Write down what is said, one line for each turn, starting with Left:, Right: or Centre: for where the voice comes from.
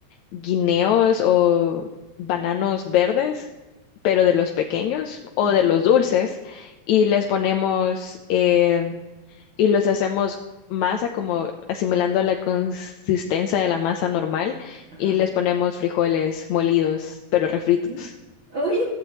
Left: guineos o bananos verdes, pero de los pequeños o
Right: Ujú.
Left: de los dulces, y les ponemos em, y los hacemos masa como asimilando la consistencia de la masa normal
Right: Ajá.
Left: y les ponemos frijoles molidos, pero refritos.
Right: Ujú. Oye,